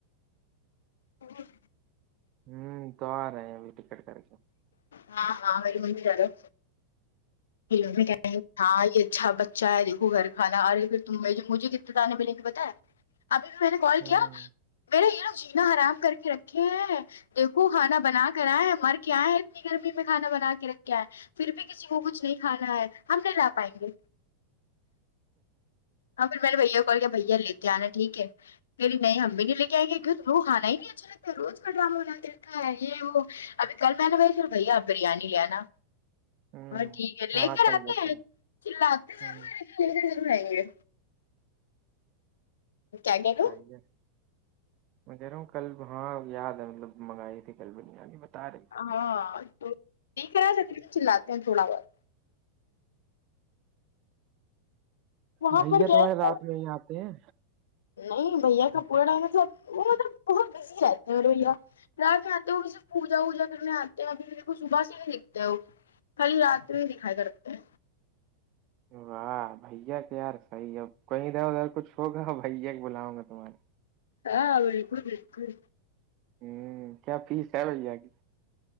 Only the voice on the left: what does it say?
بوھت
ہاں ہاں میر ی ممی جا رہو میری ممی کہہ رہی ہے ہاں یہ اچھا بچ چائے دیکھو گھر کھانا ارے پھر ت مجھے کتنے دانے ملیں گے پتہ ہے ابھی بھی میں نے کال
کیا میرا یہاں جینا حرام کر کے رکھے ہیں دیکھو کھانا بنا کر آیئں ہیں مر کے آئیں ہیں اتنی گرمی میں کھانا بنا کے رکھ کے آئے پھر بھی کسی کو کچھ نہیں کھانا ہے ہم نہیں لا پائیں گے ہاں پھر میں نے بھیاکو کال کیا بھیا لیتے آنا ٹھیک ہےیری نہیں ہم بھی نہیں لے کے آئے گے کیوں کھانا ہی نہیں ہے آج تیرا تو روج کا ڈرامہ بنا کے رکھا ہے یہ وہ ابھی کل میں نے بولا پھر بھیا آپ بریانی لےآ نا
ہاں ٹھیک ہے
لے کر
آتے
ہیں چللا تے ضرور
ہیں لیکے ضر ور آئیں گے کیا کہہ رہے
ہاں تو ٹھیک ہے اگر چللا تے ہیں تھوڑا بہت وہاں
پر کیا
ہے
نہیں بھیا کا پورا مطلب وہ مطلب بہت بزی رہتے ہیں ر بھیا ر ات میں آتے ھو صرف پوجا ووجا کرنے آتے ہیں ابھی میرے کو صبح سے نہیں دکھتے ہو خالی رات میں دکھائی کرتے ہیں
ہاں بالکل بالکل